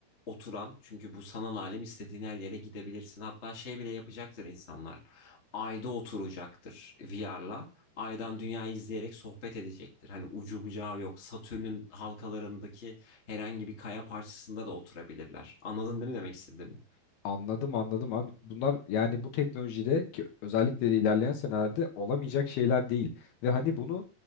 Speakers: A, on the left; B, on the left.
A: oturan çünkü bu sanal alem istediğin her yere gidebilirsin. Hatta şey bile yapacaktır insanlar. Ayda oturacaktır VR'la. Aydan dünyayı izleyerek sohbet edecektir. Hani ucu bucağı yok. Satürn'ün halkalarındaki herhangi bir kaya parçasında da oturabilirler. Anladın değil mi demek istediğimi?
B: Anladım anladım abi. Bunlar yani bu teknolojide ki özellikle de ilerleyen senelerde olamayacak şeyler değil. Ve hani bunu